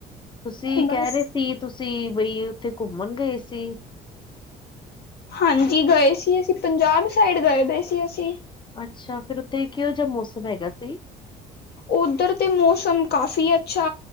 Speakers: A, on the left (about 20°); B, on the left (about 50°).
A: ਤੁਸੀਂ
B: ਬਸ
A: ਕਹਿ ਰਹੇ ਸੀ ਤੁਸੀਂ ਬਈ ਉੱਥੇ ਘੁੰਮਣ ਗਏ ਸੀ।
B: ਹਾਂਜੀ, ਗਏ ਸੀ ਅਸੀਂ ਪੰਜਾਬ ਸਾਈਡ ਗਏ ਸੀ ਅਸੀਂ।
A: ਅੱਛਾ, ਫੇਰ ਉੱਥੇ ਕਿਹੋ ਜਿਹਾ ਮੌਸਮ ਹੈਗਾ ਸੀ?
B: ਉੱਧਰ ਤੇ ਮੌਸਮ ਕਾਫ਼ੀ ਅੱਛਾ